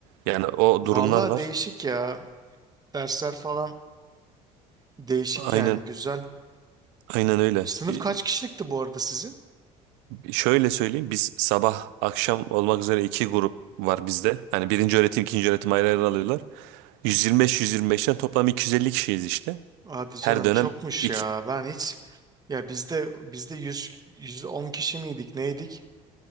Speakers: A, on the right; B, on the right.
A: Yani o
B: Vallahi
A: durumlar var.
B: değişik ya. Dersler falan değişik
A: Aynen
B: yani. Güzel.
A: aynen öyle.
B: Sınıf
A: İ-
B: kaç kişilikti bu arada sizin?
A: Şöyle söyleyeyim biz sabah akşam olmak üzere iki grup var bizde. Yani birinci öğretim ikinci öğretim ayrı ayrı alıyorlar. Yüz yüz yirmi beş, yüz yirmi beşten toplam 250 kişiyiz işte.
B: Hadi canım
A: Her dönem
B: çokmuş
A: iki...
B: ya. Ben hiç Ya bizde bizde 100 110 kişi miydik neydik?